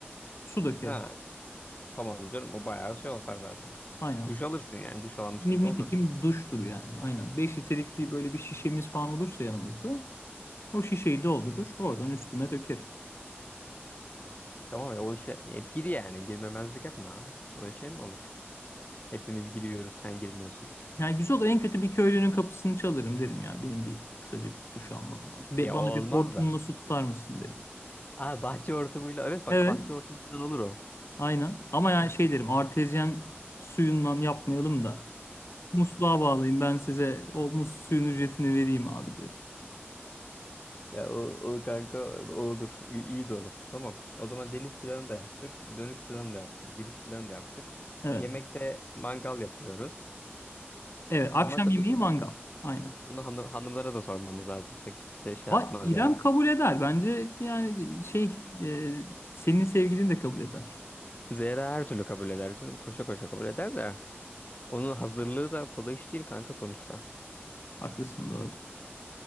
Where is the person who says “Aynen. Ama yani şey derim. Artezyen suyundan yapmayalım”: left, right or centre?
Left